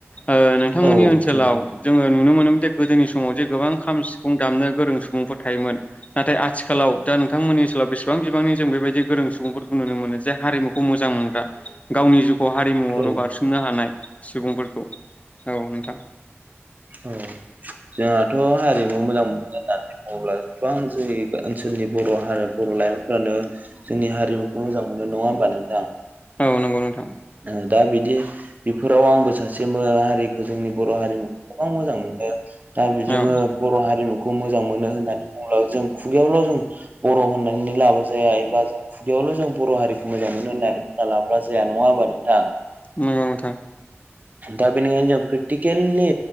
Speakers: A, on the left; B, on the right.
A: ओ नोंथांमोननि
B: औ
A: ओनसोलाव
B: सोंजागोन
A: जोंङो नुनो मोनो गोदोनि समाव जे गोबां खाम सिफुं दामनो गोरों सुबुंफोर थायोमोन नाथाय आथिखालाव दा नोंथांमोननि बेसेबां बिबांनि जों बेबायदि गोरों सुबुंफोरखौ नुनो मोनो जे हारिमुखौ मोजां मोनग्रा गावनि जुग खौ हारिमुआवनो
B: औ
A: बारसोमनो हानाय सुबुंफोरखौ औ नोंथां।
B: औ। जोहाथ' हारिमु मोजां मोनग्रा दानि बुङोब्ला गोबां जोंनि ओनसोलनि बर' हारि बर' लायमोनफोरानो जोंनि हारिमुखौ मोजां मोनो नङा होमबा नोंथां
A: औ नंगौ नोंथां
B: ओ दा बिदि दि बेफोराव आंबो सासे मो हारिखो जोंनि बर' हारिमुखौ गोबां मोजां मोनो। दा बेजोङो
A: औ
B: बर' हारिमुख खौ मोजां मोनो होन्नानै बुंब्लाबो जों खुगायावल' जों बर' होननानैनो लाबा जाया एबा जों खुगायाव खौल' जों बर' हारिखौ मोजां मोनो होन्नानै बुंना लाबब्ला जाया नङा होमबा नोंथां।
A: मोजां नोंथां।
B: दा बेनिखायनो जों प्रेकटिकेलि